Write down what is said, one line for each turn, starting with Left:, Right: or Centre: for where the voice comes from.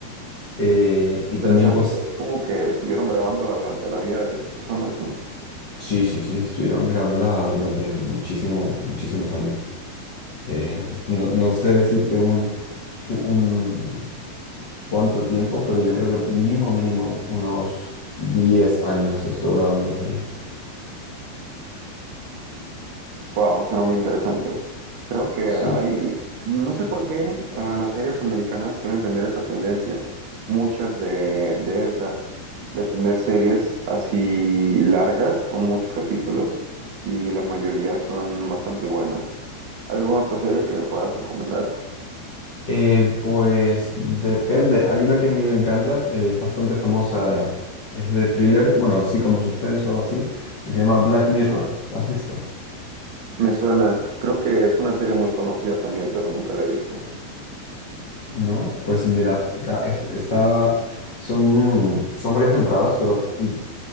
Left: Eh, y también,
Right: interesante.
Left: pues,
Right: Es como que estuvieron grabándola durante la vida de esas personas, ¿no?
Left: sí, sí, sí, estuvieron grabándola durante muchísimo, muchísimos años. Eh, <laughs> no, no sé decirte un, un cuánto tiempo, pero yo creo que mínimo, mínimo, unos 10 años estuvo grabando la serie.
Right: Wow, suena muy interesante. Creo que
Left: Sí.
Right: hay, no sé por qué, ah, las series americanas suelen tener esa tendencia. Muchas de, de esas, de tener series así largas, con muchos capítulos, y la mayoría son bastante buenas. ¿Hay alguna otra serie que me puedas recomendar?
Left: Eh, pues depende. Hay una que a mí me encanta, eh, es bastante famosa, es de thriller, bueno, sí, como suspenso o así, que se llama Black Mirror. ¿La has visto?
Right: Me suena, creo que es una serie muy conocida también, pero nunca la he visto.
Left: No. Pues mira, ca- es- está, son, son varias temporadas, pero, y,